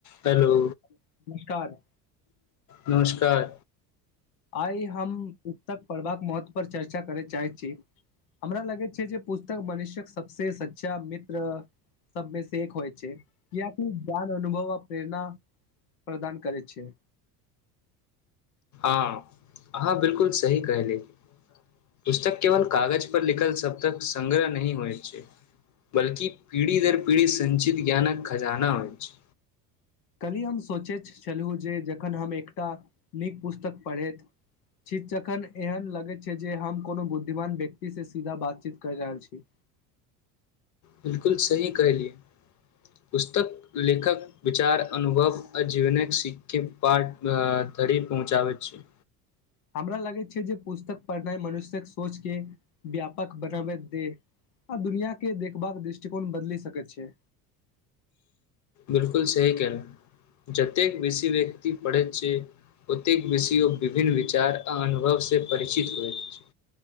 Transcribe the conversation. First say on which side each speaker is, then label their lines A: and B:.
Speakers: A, on the left; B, on the left.
A: Hello
B: <unintelligible> नमस्कार।
A: नमस्कार।
B: आइ हम पुस्तक पढ़बाक महत्व पर चर्चा करय चाहै छी, हमरा लगै छै जे पुस्तक मनुष्य्यक सबस सच्षा मित्र सबमे से एक होइ छै, य किि ज्ञान अनुभव आ प्रेरणा प्रदान करै छै।
A: हँ, अहाँ बिलकुल सही कहले, पुस्तक केवल कागज पर लिखल शतक संगग्रह नहिह होइ छै, बल्कि पीढ़ी दर पीढ़ी संञचित ज्ञानक खजाना होइ छै।
B: कलही हम सोचैत छलहुँ, जे जखन हम एकटा नीक पुस्तक पढ़ैत छी तखन एहन लगैत छै जे हम कोनो बुद्धिमान व्यक्तिसँ सीधा बातचीत करि रहल छी।
A: बिलकुल सही कहलियै, पुस्तक लेखक विचार अनुभव आ जीवनक सीके पाठ धरि पहुँचाबैत छिय।
B: हमरा लागैत छै जे पुस्तक पढ़नाइ मनुष्यक सोचके व्यापक बनाबैत दे, आ दुनिआँके देखबाक दृष्टिकोण बदलि सकैत छै।
A: बिलकुल सही कनाहु, जतेक बेसी व्यक्ति पढ़ैत छै, ओतेक बेसी ओ विभिन्न विचार आ अनुभवसँ परिचित होइत छै।